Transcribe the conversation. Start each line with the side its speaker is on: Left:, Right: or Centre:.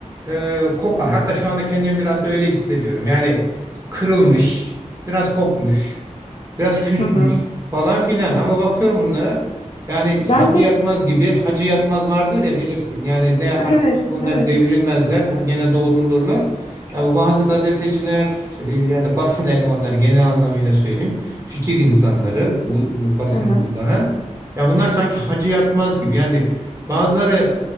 Right: e, kopar. Hatta şu anda kendimi biraz da öyle hissediyorum. Yani kırılmış, biraz kopmuş, biraz küsmüş
Left: Hı hı.
Right: falan filan. Ama bakıyorum bunlara yani
Left: Bence
Right: Hacı Yatmaz gibi Hacı Yatmaz vardır ya bilirsin. Yani ne yaparsan
Left: evet,
Right: yap bunlar
Left: evet.
Right: devrilmezler. Gene doğrulurlar. Ya bu bazı gazeteciler e, ya da basın elemanları genel anlamıyla söyleyeyim. Fikir insanları bu bu basını
Left: Hı hı.
Right: kullanan. Ya bunlar sanki Hacı Yatmaz gibi yani Bazıları